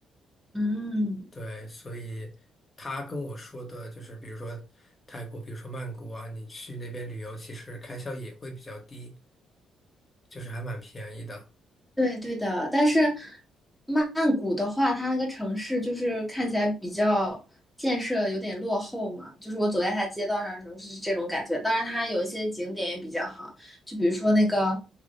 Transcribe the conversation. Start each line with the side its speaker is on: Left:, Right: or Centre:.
Centre: 嗯。
Left: 对，所以他跟我说的就是，比如说泰国，比如说曼谷啊，你去那边旅游，其实开销也会比较低，就是还蛮便宜的。
Centre: 对对的，但是曼谷的话，它那个城市就是看起来比较建设有点落后嘛，就是我走在它街道上的时候是这种感觉。当然，它有一些景点也比较好，就比如说那个